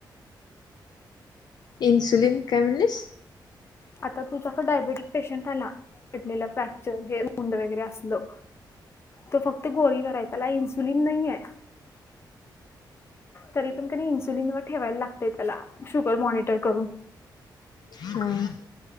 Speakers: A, on the left (about 60°); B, on the left (about 30°).
A: एन्सुलिन काय म्हनलीस
B: आता तुझ्याक डायबेटिक पेशंट आला किडनीला फ्रॅक्चर तर हे उंड वगैरे असलं तो फक्त गोळीवराय त्याला इन्सुलिन सुलिन नाहीये तरी पण कनी इन्सुलिनवर ठेवाय लागतय त्याला शुगर मॉनिटर करून
A: हम्म